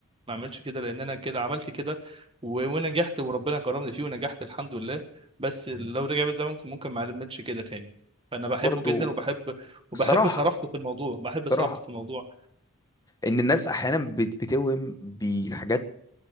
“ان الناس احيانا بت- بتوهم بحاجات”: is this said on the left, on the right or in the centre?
Left